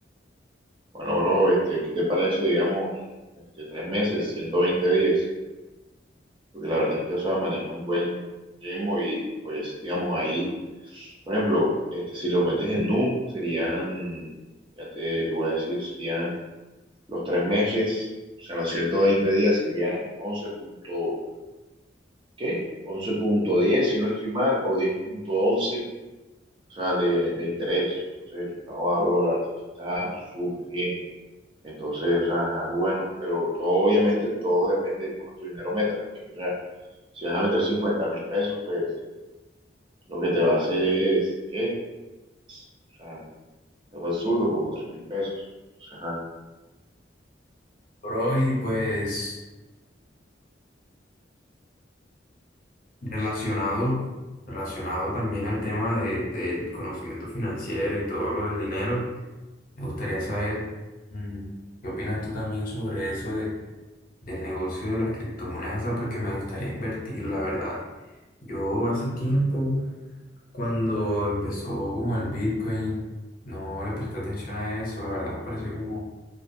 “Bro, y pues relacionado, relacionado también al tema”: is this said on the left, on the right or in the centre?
Left